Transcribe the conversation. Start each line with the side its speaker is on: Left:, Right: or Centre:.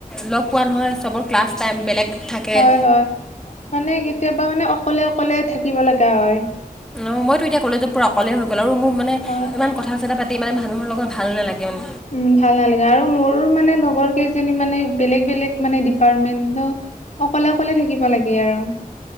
Centre: লগ পোৱা নহয় চবৰ ক্লাছ টাইম বেলেগ থাকে
Left: হয় হয় মানে কেতিয়াবা মানে অকলে অকলে থাকিব লগা হয়
Centre: অঁ মইতো এতিয়া কলেজত পূৰা অকলেই হৈ গ'ল আৰু মোক মানে
Left: হয়
Centre: ইমান কথা চথা পাতি মানে মানুহৰ লগত ভাল নালাগে মানে
Left: উম ভাল নালাগে আৰু মোৰ মানে লগৰ কেইজনী মানে বেলেগ বেলেগ মানে ডিপাৰ্টমেন্ট অকলে অকলে থাকিব লাগে আৰু